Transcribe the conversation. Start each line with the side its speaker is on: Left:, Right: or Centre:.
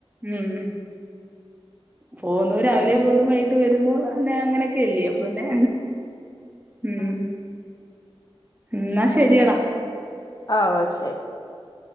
Right: ഉം. പോകുന്നു രാവിലെ പോകുന്നു വൈകിട്ട് വരുന്നു അങ്ങനെ അങ്ങനൊക്കെ ഇല്ലേ പിന്നെ. ഉം
Left: ആ
Right: എന്നാ ശരിയടാ
Left: ആവൊ ശരി. ആ